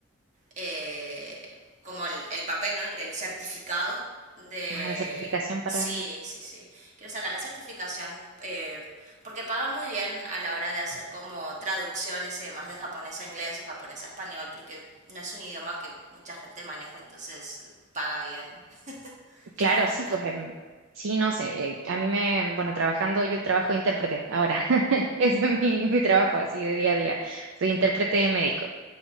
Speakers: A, on the right (about 35°); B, on the right (about 65°).
A: eh, como el, el, papel, ¿no? El, el certificado de...
B: Ah, la certificación para...
A: Sí, sí, sí. Quiero sacar la certificación eh, porque pagan muy bien a la hora de hacer como traducciones y demás de japonés a inglés o japonés a español porque no es un idioma que mucha gente maneja, entonces paga bien. <laughs>
B: Claro,
A: y me gusta.
B: sí, pues em, sí, no sé, eh, a mí me, bueno, trabajando, yo trabajo de intérprete ahora, <laughs> ese es mi, mi trabajo así de día a día, soy intérprete médico.